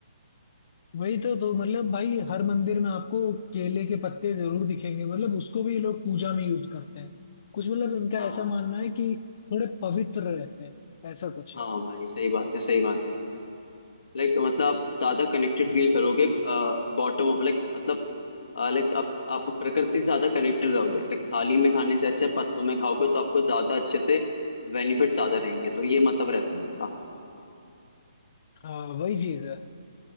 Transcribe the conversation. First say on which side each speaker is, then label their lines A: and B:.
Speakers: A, on the left (about 50°); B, on the left (about 70°).
A: वही तो तो मतलब भाई हर मंदिर में आपको केले के पत्ते जरूर दिखेंगे मतलब उसको भी ये लोग पूजा में यूज करते हैं कुछ मतलब इनका
B: हाँ
A: ऐसा मानना है कि थोड़े पवित्र रहते हैं ऐसा कुछ
B: हाँ
A: है
B: भाई सही बात है सही बात है यार लाइक मतलब आप ज्यादा कनेक्टेड फील करोगे बॉटम लाइक मतलब लाइक आप आप प्रकृति से ज्यादा कनेक्टेड रहोगे लाइक थाली में खाने से अच्छा है, पत्तों में खाओगे तो आपको ज्यादा अच्छे से बेनिफिट ज्यादा रहेंगे तो ये मतलब रहता है उनका
A: हाँ वही चीज है